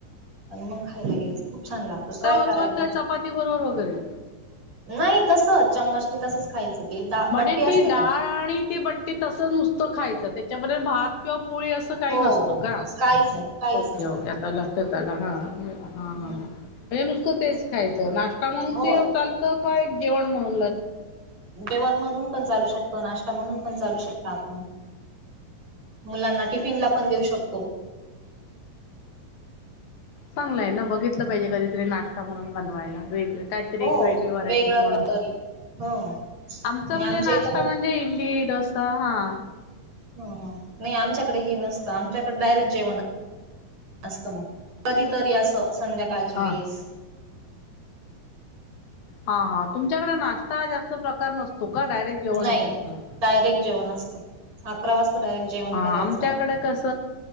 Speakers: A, on the right; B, on the left.
A: आणि मग खायला घ्यायच खूप छान लागत ट्राय..
B: बरोबर
A: करायला.
B: काय चपाती बरोबर वगैरे.
A: नाही तस चम्मचनी तसच खायचं. ते दा
B: म्हने
A: बट्टी असते
B: ती डाळ
A: का
B: आणि ते बट्टी तसं नुसतं खायचं त्याच्यामध्ये भात.. भाजी किंवा पोळी असं काही
A: हो.
B: नसतं का?
A: काहीच नाही काहीच
B: ओके
A: नसतं.
B: ओके. खला हा ह ह
A: हम्म
B: म्हणजे नुसतं तेच खायचं नाश काही. न म्हणून
A: हो
B: ते चालतं का एक जेवण म्हणू....
A: जेवण म्हणून पण चालू शकतो नाश्ता म्हणून पण चालू शकता आपण.. मुलांना टिफिनला पण देऊ शकतो.
B: चांगलंय ना बघितलं पाहिजे कधीतरी नाश्ता म्हणून बनवायला वेगळ. काहीतरी
A: हो
B: एक वेगळी व्हरायटी
A: वेगळं
B: म्हणून.
A: काहीतरी हो
B: आमच
A: आणि
B: म्हणजे
A: आमच्या
B: नाश्ता
A: इथं पण
B: म्हणजे इडली डोसा हा.
A: नाही आमच्याकडे हे नसतं आमच्याकडे डायरेक्ट जेवणच. असत मग कधी तरी अस संध्याकाळच्या
B: हा
A: वेळीस.
B: ह ह तुमच्याकडे नाश्ता जास्त प्रकार नसतो का डायरेक्ट जेवणच
A: नाही
B: असतं.
A: डायरेक्ट जेवण असतो अकरा वाजता डायरेक्ट. जेवण
B: ह आमच्याकडे
A: करायचं
B: कस